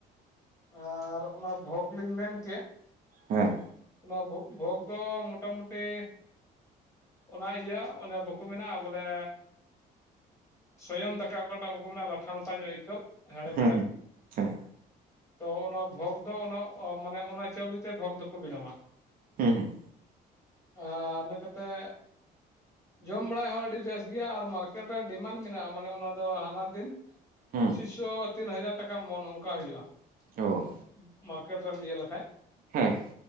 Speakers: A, on the left; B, on the right.
A: ᱟᱨ ᱚᱱᱟ ᱵᱷᱚᱜᱽ ᱞᱤᱧ ᱢᱮᱱᱠ
B: ᱦᱮᱸ
A: ᱚᱱᱟ ᱵᱷ ᱵᱷᱳᱜᱽ ᱫᱚ ᱢᱚᱴᱟ ᱢᱩᱴᱤ ᱚᱱᱟ ᱤᱭᱟᱹ ᱚᱱᱮ ᱵᱟᱠᱚ ᱢᱮᱱᱟ ᱵᱚᱞᱮ ᱥᱚᱭᱚᱢ ᱫᱟᱠᱟ ᱚᱠᱟᱴᱟᱜ ᱵᱟᱠᱚ ᱢᱮᱱᱟ ᱞᱟᱴᱷᱟ ᱞᱟᱴᱷᱟ ᱧᱚᱜ ᱟᱹᱭᱠᱟᱹᱜ ᱦᱮᱲᱮᱢ
B: ᱦᱩᱸ ᱦᱩᱸ
A: ᱦᱮᱲᱮᱢ
B: ᱦᱮᱸ
A: ᱛᱚ ᱚᱱᱟ ᱵᱷᱳᱜᱽ ᱫᱚ ᱚᱱᱟ ᱢᱟᱱᱮ ᱚᱱᱟ ᱪᱟᱣᱞᱮ ᱛᱮ ᱵᱷᱳᱜᱽ ᱫᱚ ᱠᱚ ᱵᱮᱱᱟᱣ-ᱟ ᱾
B: ᱦᱮᱸ ᱦᱩᱸ
A: ᱟᱨ ᱤᱱᱟᱹ ᱠᱟᱛᱮᱫ ᱡᱚᱢ ᱵᱟᱲᱟᱭ ᱦᱚᱸ ᱟᱹᱰᱤ ᱵᱮᱥ ᱜᱮᱭᱟ ᱟᱨ ᱢᱟᱨᱠᱮᱴ ᱨᱮ ᱰᱤᱢᱟᱱᱰ ᱢᱮᱱᱟᱜ-ᱟ ᱢᱟᱱᱮ ᱚᱱᱟ ᱫᱚ ᱦᱟᱱᱟ ᱫᱤᱱ ᱯᱚᱪᱤᱥ
B: ᱦᱩᱸ
A: ᱥᱚ ᱛᱤᱱ ᱦᱟᱡᱟᱨ ᱴᱟᱠᱟ ᱢᱚᱱ ᱚᱱᱠᱟ ᱦᱩᱭᱩᱜ-ᱟ
B: ᱚ
A: ᱾ ᱢᱟᱨᱠᱮᱴ ᱨᱮᱢ ᱤᱭᱟᱹ ᱞᱮᱠᱷᱟᱡ
B: ᱦᱮᱸ